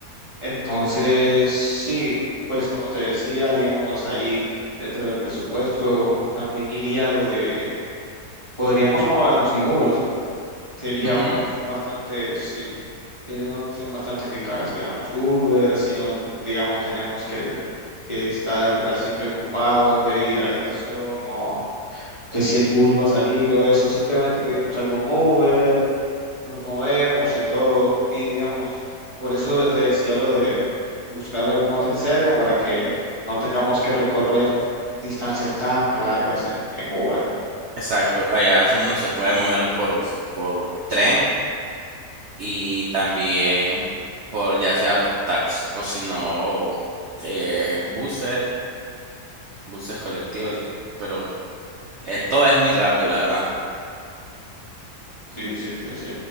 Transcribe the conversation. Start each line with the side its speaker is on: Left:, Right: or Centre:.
Left: Entonces, sí, pues como te decía, digamos, ahí dentro del presupuesto también iría lo de Podríamos movernos en Uber. Sería
Right: Ujú,
Left: una opción bastante, sí, sería una opción bastante eficaz, digamos, Uber, así no, digamos, tenemos que, que estar así preocupados de ir a la estación o que si el bus va a salir o eso, simplemente pedimos algún Uber, nos movemos y todo, y digamos, por eso te decía lo de buscar algún hotel cerca para que no tengamos que recorrer distancias tan largas en, en Uber.
Right: Exacto, allá es uno se puede mover por, por tren y también por ya sea por taxi o si no eh, buses, buses colectivos, pero Eh, todo es muy rápido, la verdad.
Left: Sí, sí, sí, sí,